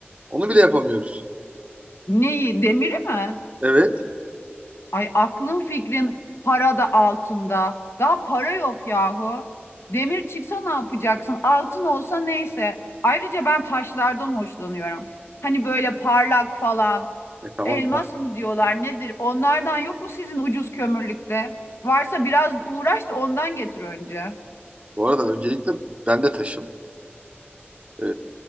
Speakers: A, on the right (about 30°); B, on the left (about 75°).
A: Onu bile yapamıyoruz.
B: Neyi? Demiri mi?
A: Evet.
B: Ay aklın fikrin para da altında. Daha para yok yahu. Demir çıksa ne yapacaksın? Altın olsa neyse. Ayrıca ben taşlardan hoşlanıyorum. Hani böyle parlak falan.
A: E tamam.
B: Elmas mı diyorlar nedir? Onlardan yok mu sizin ucuz kömürlükte? Varsa biraz uğraş da ondan getir önce.
A: Bu arada öncelikle ben de taşım. Ee,